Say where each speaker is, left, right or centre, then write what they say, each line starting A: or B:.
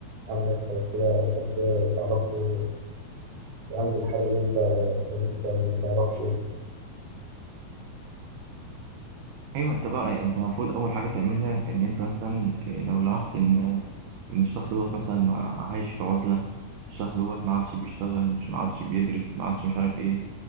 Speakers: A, on the right; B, on the right.
A: عندك او كده او حد تعرفه عنده الحاله دي وانت انت ما تعرفش يعني
B: ايوه انت بقى يعني انت المفروض اول حاجه تعملها ان انت مثلا إيه، لو لاحظت ان ان الشخص دوت مثلا عايش في عزله الشخص دوت ما عادش بيشتغل مش ما عادش بيدرس ما عادش مش عارف ايه